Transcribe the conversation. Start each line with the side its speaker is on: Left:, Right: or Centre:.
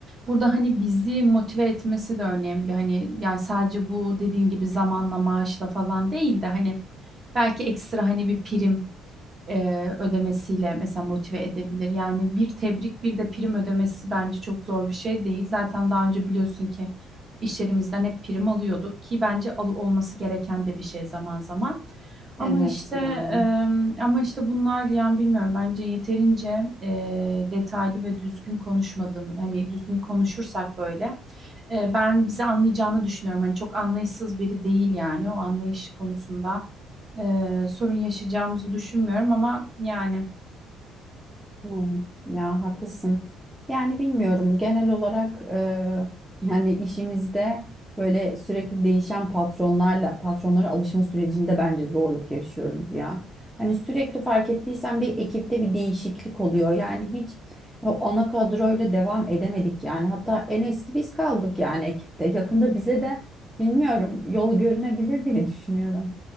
Right: burada hani bizi motive etmesi de önemli. Hani yani sadece bu dediğin gibi zamanla maaşla falan değil de hani belki ekstra hani bir prim e, ödemesiyle mesela motive edebilir. Yani bir tebrik bir de prim ödemesi bence çok zor bir şey değil. Zaten daha önce biliyorsun ki işlerimizden hep prim alıyorduk ki bence al olması gereken de bir şey zaman zaman. Ama
Centre: Evet
Right: işte
Centre: ya.
Right: em, ama işte bunlar yani bilmiyorum bence yeterince e, detaylı ve düzgün konuşmadığımı hani düzgün konuşursak böyle e, ben bizi anlayacağını düşünüyorum. Hani çok anlayışsız biri değil yani o anlayış konusunda e, sorun yaşayacağımızı düşünmüyorum ama yani
Centre: Evet, ya haklısın. Yani bilmiyorum genel olarak e, yani işimizde böyle sürekli değişen patronlarla patronlara alışma sürecinde bence zorluk yaşıyoruz ya. Hani sürekli fark ettiysen bir ekipte bir değişiklik oluyor. Yani hiç o ana kadroyla devam edemedik yani. Hatta en eski biz kaldık yani ekipte. Yakında bize de bilmiyorum yol görünebilir diye düşünüyorum.